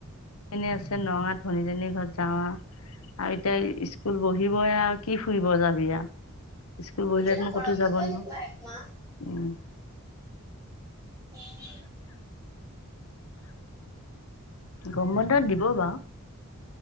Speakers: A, on the left (about 80°); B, on the right (about 15°).
A: এনে আছে নগাঁও ভনীজনীৰ ঘৰত যাওঁ আও। আৰু এতিয়া স্কুল বহিবই আৰু কি ফুৰিব যাবি আৰু। স্কুল বহিলেত
B: এতিয়াতো গৰম
A: ক'তও
B: বন্ধ
A: যাব নোৱাৰ।
B: দিব একমাহ। উম।
A: গম বন্ধত দিব বাৰু।